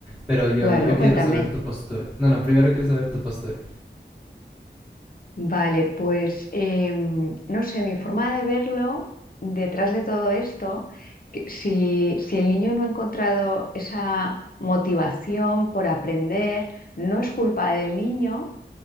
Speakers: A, in the centre; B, on the left (about 50°).
A: pero yo,
B: Claro,
A: yo
B: cuéntame.
A: quiero saber tu postura. No, no, primero quiero saber tu postura.
B: Vale, pues em, no sé, mi forma de verlo detrás de todo esto, que si, si el niño no ha encontrado esa motivación por aprender, no es culpa del niño,